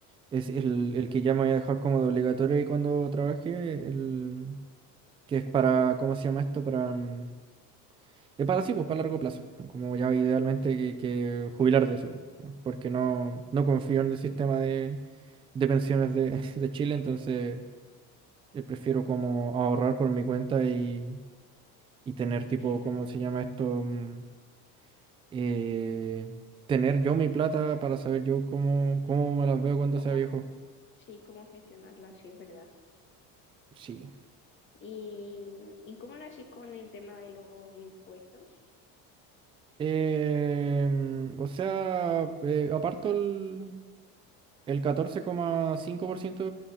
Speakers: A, on the right; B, on the left.
A: Es el, el que ya me voy a dejar como de obligatorio y cuando trabaje, el que es para, ¿cómo se llama esto? Para, mm, Es para sí, pues para largo plazo. Como ya idealmente
B: Mm, Ya,
A: que, que jubilar de eso, pues, ¿eh? Porque no, no confío en el sistema de, de pensiones de, <laughs> de Chile, entonces eh, prefiero como ahorrar por mi cuenta y, y tener tipo,
B: sí, es verdad.
A: ¿cómo se llama esto? Mm, eh, tener yo mi plata para saber yo cómo, cómo me las veo cuando
B: ¿Cómo,
A: sea viejo.
B: sí, cómo gestionarla? Sí, es verdad.
A: Sí.
B: ¿Y, y cómo lo haces con el tema de los impuestos?
A: Em, o sea, eh, aparto el, el catorce coma cinco por ciento